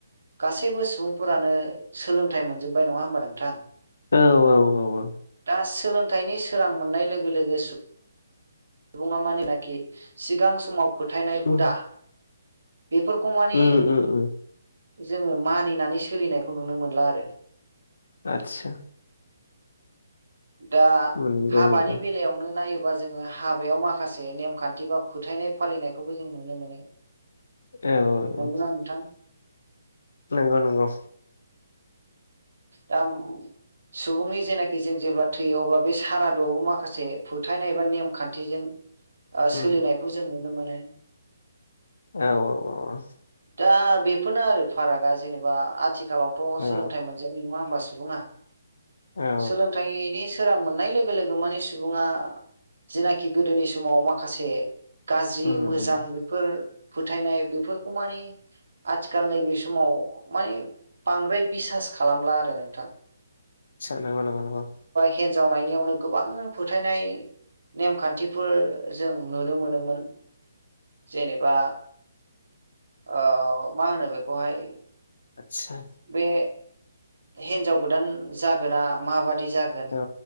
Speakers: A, on the right; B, on the left.
A: गासैबो सुबुंफोरानो सोलोंथाइ मोनजोब्बाय नङा होमबा नोंथां।
B: औ औ औ औ
A: दा सोलोंथाइनि सोरां मोननाय लोगो लोगो सुबुङा मानिनाखि सिगां समाव फोथायनाय
B: उम
A: हुदा बेफोरखौ माने
B: उम उम उम
A: जोंङो मानिनानै सोलिनायखौ नुनो मोनला आरो
B: आतसा
A: दा
B: नंगौ
A: हाबानि
B: नंगौ
A: बेलायावनो नायोबा जोंङो हाबा बेयाव माखासे नेमखान्थि बा फोथायनाय फालिनायखौबो जों नुनो मोनो।
B: औ
A: नंगौना नोंथां
B: नंगौ नंगौ
A: दा सुबुंनि जेनाखि जों जेब्ला थैयो अब्ला बे सारादुआवबो माखासे फोथायनाय एबा नेमखान्थिजों
B: उम
A: सोलिनायखौ जों नुनो मोनो।
B: औ औ औ
A: दा बेफोरनो आरो फारागा जेनेबा आथिखालावथ'
B: औ
A: सोलोंथाइ
B: औ
A: मोनजानायनाय नंङाबा सुबुङा
B: औ
A: सोलोंथाइनि सोरां मोननाय लोगो लोगो माने सुबुङा जिनाखि गोदोनि समाव माखासे गाज्रि
B: उम
A: मोजां
B: उम
A: बेफोर फोथायनाय बेफोरखौ माने आथिखाल नैबे समाव माने बांद्राय बिसास खालामला आरो नोंथां
B: आतचा नंगौ नंगौ नंगौ
A: हिन्जाव नायनियावनो गोबां फोथायनाय नेमखान्थिफोर जों नुनो मोनोमोन जेनेबा ओ मा होनो बेखौहाय
B: आतसा
A: बे हिनजाव गोदान जागोना माबादि जागोन
B: औ